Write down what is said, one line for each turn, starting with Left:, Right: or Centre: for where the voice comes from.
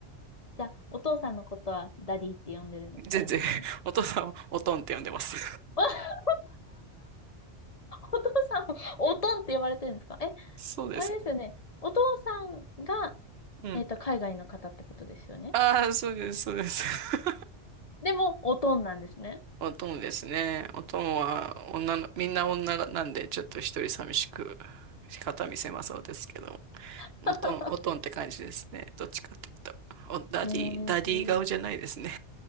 Left: じゃあ、お父さんのことはダディって呼んでるんですか、
Right: 全然、
Left: いまだに。
Right: お父さんをおとんって呼んでます。
Left: <laughs> お父さんも、おとんって呼ばれてるんですかえ、
Right: <laughs> そうです。
Left: あれですよね。お父さんが、
Right: うん。
Left: えっと、海外の方ってことですよね。
Right: ああ、そうです、そうです。<laughs>
Left: でも、おとんなんですね。
Right: おとんですね。おとんは女の、みんな女なんで、ちょっと一人寂しく、肩見せまそうですけど、
Left: <laughs>
Right: おとん、おとんって感じですね。どっちかっていうと。お、ダディ、
Left: え
Right: ダディ顔じゃないですね。
Left: ー。